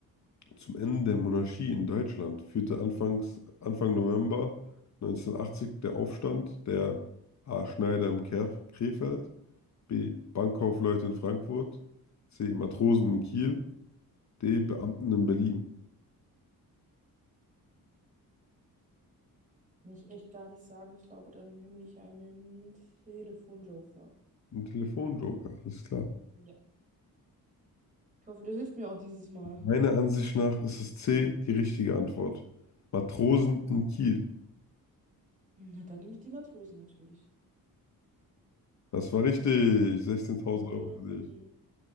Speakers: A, on the left; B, on the right.
A: Zum Ende der Monarchie in Deutschland führte anfangs, Anfang November 1980 der Aufstand der A. Schneider im Ker- Krefeld, B. Bankkaufleute in Frankfurt, C. Matrosen in Kiel, D. Beamten in Berlin.
B: Kann ich echt gar nicht sagen. Ich glaube, dann nehme ich einen Telefonjoker.
A: Ein Telefonjoker, alles klar.
B: Ja. Ich hoffe, der hilft mir auch dieses Mal.
A: Meiner Ansicht nach ist es C, die richtige Antwort. Matrosen in Kiel.
B: Na, dann nehme ich die Matrosen natürlich.
A: Das war richtig. 16.000
B: Yay.
A: Euro für dich.